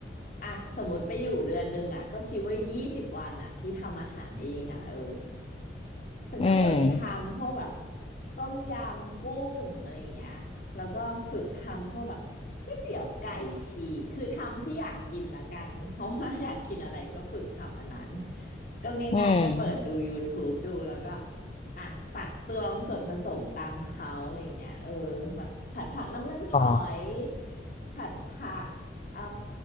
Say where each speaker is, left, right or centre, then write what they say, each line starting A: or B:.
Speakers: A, on the left; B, on the left.
A: อ่ะสมมติไปอยู่เดือนหนึ่งอ่ะก็คิดว่ายี่สิบวันอ่ะที่ทำอาหารเองอ่ะเออ ฉันก็ฝึกทำพวกแบบ
B: อืม
A: ต้มยำกุ้งอะไรอย่างเงี้ยแล้วก็ฝึกทำพวกแบบก๋วยเตี๋ยวไก่ฉีกคือทำที่อยากกินละกัน <laughs> เพราะว่าอยากกินอะไรก็ฝึกทำอันนั้นก็ง่ายๆก็เปิดดู
B: อืม
A: YouTube ดูแล้วก็อ่ะตักตวงส่วนผสมตามเขาอะไรอย่างเงี้ยเออแบบผัดผักน้ำมันหอย
B: อ๋อ
A: ผัดผักเอ่อ